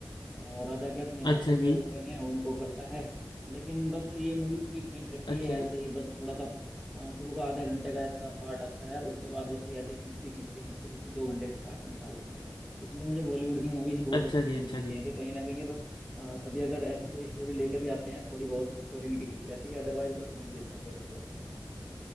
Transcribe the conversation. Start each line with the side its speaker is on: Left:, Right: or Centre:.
Centre: अ, राजा के अपने
Left: अच्छा
Centre: कर्तव्य
Left: जी
Centre: होते हैं उनको करता है लेकिन बस ये मूवी पूरी खींच रखी
Left: अच्छा
Centre: है
Left: जी
Centre: ऐसे ही बस थोड़ा सा अ, शुरू का आधे घंटे का इसका पार्ट अच्छा है उसके बाद बस ये ऐसे ही खींचती खींचती खींचती खींचती दो घंटे काट निकाल रखे हैं इसलिए मुझे बॉलीवुड की मूवीज बहुत
Left: अच्छा
Centre: अच्छी नहीं
Left: जी अच्छा
Centre: लगती
Left: जी
Centre: हैं कि कहीं ना कहीं ये बस अ, कभी अगर ऐसी कोई स्टोरी लेके भी आते हैं थोड़ी बहुत स्टोरी इनकी ठीक रहती है अदरवाइज बस खींच देते हैं फिर उसको